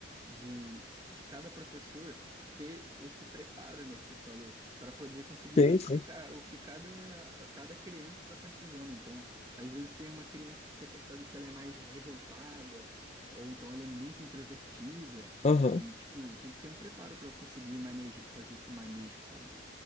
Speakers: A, on the right; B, on the left.
A: de, de cada professor ter esse preparo, né, que você falou, para poder conseguir
B: Sim,
A: identificar
B: sim.
A: o que cada, cada criança está precisando. Então, às vezes tem uma criança que você percebe que ela é mais revoltada, ou então ela é muito introvertida,
B: Aham.
A: e, tipo, tem que ter um preparo para conseguir maneja, fazer esse manejo, sabe?